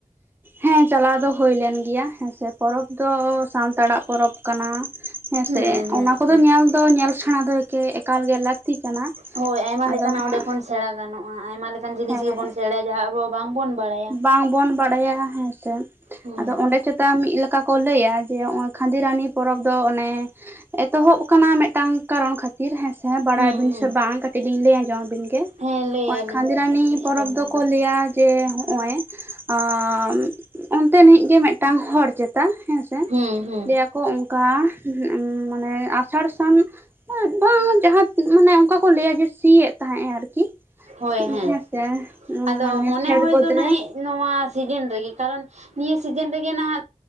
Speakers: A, on the right (about 15°); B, on the right (about 60°).
A: ᱦᱮᱸ ᱪᱟᱞᱟᱣ ᱫᱚ ᱦᱩᱭᱞᱮᱱ ᱜᱮᱭᱟ ᱦᱮᱸᱥᱮ ᱯᱚᱨᱚᱵ ᱫᱚ ᱥᱟᱱᱛᱟᱲᱟᱜ ᱯᱚᱨᱚᱵᱽ ᱠᱟᱱᱟ ᱦᱮᱸᱥᱮ
B: ᱦᱩᱸ ᱦᱩᱸ
A: ᱚᱱᱟ ᱠᱚᱫᱚ
B: ᱦᱩᱸ
A: ᱧᱮᱞ ᱫᱚ ᱧᱮᱞ ᱥᱮᱬᱟ ᱫᱚ ᱮᱠᱟᱞ ᱜᱮ ᱞᱟᱹᱠᱛᱤ ᱠᱟᱱᱟ
B: ᱦᱳᱭ ᱟᱭᱢᱟ
A: ᱟᱫᱚ
B: ᱞᱮᱠᱟᱱᱟᱜ
A: ᱦᱟᱸᱜ
B: ᱚᱸᱰᱮ ᱠᱷᱚᱱ ᱥᱮᱬᱟ ᱜᱟᱱᱚᱜᱼᱟ ᱟᱭᱢᱟ ᱞᱮᱠᱟᱱ ᱡᱤᱱᱤᱥ
A: ᱦᱮᱸ
B: ᱜᱮᱵᱚᱱ ᱥᱮᱬᱟᱭᱟ ᱡᱟᱦᱟᱸ ᱵᱟᱝ ᱵᱟᱲᱟᱭᱟ
A: ᱵᱟᱝᱵᱚᱱ ᱵᱟᱲᱟᱭᱟ ᱦᱮᱸ
B: ᱦᱩᱸ
A: ᱟᱫᱚ ᱚᱸᱰᱮ ᱪᱮᱛᱟᱱ ᱢᱤᱫ ᱞᱮᱠᱟ ᱠᱚ ᱞᱟᱹᱭᱟ ᱡᱮ ᱠᱷᱟᱱᱫᱤᱨᱟᱱᱤ ᱯᱚᱨᱚᱵᱽ ᱫᱚ ᱚᱱᱮ ᱮᱛᱚᱦᱚᱵ ᱟᱠᱟᱱᱟ ᱢᱤᱫᱴᱟᱝ ᱠᱟᱨᱚᱱ ᱠᱷᱟᱛᱤᱨ ᱦᱮᱸᱥᱮ ᱦᱮᱸ ᱵᱟᱲᱟᱭ
B: ᱦᱩᱸ
A: ᱟᱵᱤᱱ
B: ᱦᱩᱸ
A: ᱥᱮ ᱵᱟᱝ ᱠᱟᱹᱴᱤᱡ ᱞᱤᱧ ᱞᱟᱹᱭ ᱟᱸᱡᱚᱢ ᱟᱵᱤᱱ ᱜᱮ
B: ᱦᱮᱸ ᱞᱟᱹᱭ ᱟᱹᱞᱤᱧ
A: ᱠᱷᱟᱸᱫᱤ
B: ᱵᱮᱱ
A: ᱨᱟᱱᱤ
B: ᱠᱟᱹᱴᱤᱡ ᱞᱤᱧ
A: ᱯᱚᱨᱚᱵᱽ
B: ᱟᱸᱡᱚᱢ
A: ᱫᱚᱠᱚ
B: ᱞᱮᱜᱮ
A: ᱞᱟᱹᱭᱟ ᱡᱮ ᱦᱚᱜᱼᱭ ᱟᱸ ᱚᱱᱛᱮᱱᱤᱡ ᱜᱮ ᱢᱤᱫᱴᱟᱝ ᱦᱚᱲ <inaudible> ᱛᱟ ᱦᱮᱸ ᱥᱮ
B: ᱦᱩᱸ ᱦᱩᱸ
A: ᱟᱠᱚ ᱚᱱᱠᱟ ᱢᱟᱱᱮ ᱟᱥᱟᱲ ᱥᱟᱱ ᱵᱟᱝ ᱡᱟᱦᱟᱸ ᱢᱟᱱᱮ ᱚᱱᱠᱟ ᱠᱚ ᱞᱟᱹᱭᱟ ᱡᱮ ᱥᱤᱭᱮᱫ ᱛᱟᱦᱮᱸᱫ ᱟᱭ ᱟᱨᱠᱤ
B: ᱦᱳᱭ ᱦᱮᱸ
A: ᱦᱮᱸᱥᱮ
B: ᱟᱫᱚ
A: ᱢᱟᱱᱮ
B: ᱢᱚᱱᱮ
A: ᱠᱷᱮᱛ
B: ᱦᱚᱭ
A: ᱵᱟᱹᱫᱽ
B: ᱫᱚ
A: ᱨᱮ
B: ᱱᱟᱭᱹᱹ ᱱᱚᱣᱟ ᱥᱤᱡᱤᱱ ᱨᱮᱜᱮ ᱠᱟᱨᱚᱱ ᱱᱤᱭᱟᱹ ᱥᱤᱡᱤᱱ ᱨᱮ ᱜᱮ ᱱᱟᱜ